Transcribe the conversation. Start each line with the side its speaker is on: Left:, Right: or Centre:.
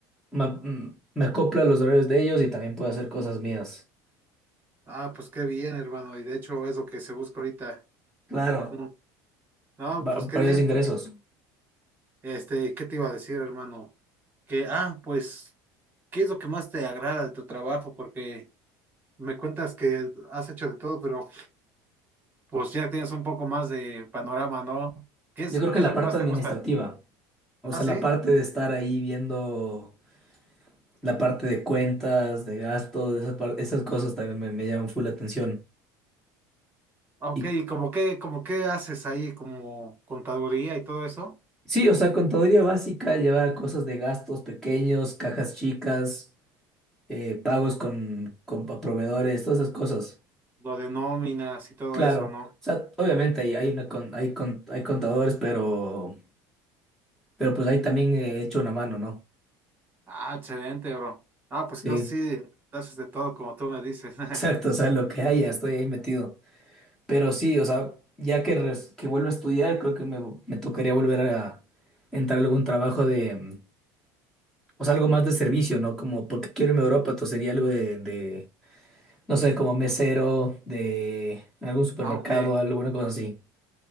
Centre: me, mm, me acoplo a los horarios de ellos y también puedo hacer cosas mías.
Right: Ah, pues qué bien, hermano. Y de hecho es lo que se busca ahorita.
Centre: Claro,
Right: Mm. No,
Centre: va-
Right: pues qué
Centre: varios
Right: bien.
Centre: ingresos.
Right: Este, ¿qué te iba a decir, hermano? Que, ah, pues, ¿qué es lo que más te agrada de tu trabajo? Porque me cuentas que has hecho de todo, pero pues ya tienes un poco más de panorama, ¿no? ¿Qué es,
Centre: Yo creo que
Right: qué
Centre: la
Right: es lo
Centre: parte
Right: que más
Centre: administrativa,
Right: te gusta?
Centre: o
Right: Ah,
Centre: sea,
Right: sí.
Centre: la parte de estar ahí viendo la parte de cuentas, de gastos, esas, par- esas cosas también me, me llaman full la atención.
Right: Ah, Ok,
Centre: Y
Right: ¿y como qué, como qué haces ahí? Como contaduría y todo eso.
Centre: sí, o sea, contaduría básica, llevar cosas de gastos pequeños, cajas chicas. eh, pagos con, con pa- proveedores, todas esas cosas.
Right: Lo de nóminas y todo
Centre: Claro,
Right: eso, ¿no?
Centre: o sea, obviamente hay, hay, una con- hay, con- hay contadores, pero, pero pues ahí también he hecho una mano, ¿no?
Right: Ah, excelente, bro. Ah, pues
Centre: Sí,
Right: entonces sí, haces de todo como tú me dices. <laughs>
Centre: exacto, o sea, lo que haya, estoy ahí metido. Pero sí, o sea, ya que, res- que vuelvo a estudiar, creo que me, me tocaría volver a entrar a algún trabajo de, mm, o sea, algo más de servicio, ¿no? Como porque quiero irme a Europa, entonces sería algo de, de, no sé, como mesero, de algún supermercado,
Right: Ah, ok.
Centre: alguna cosa así.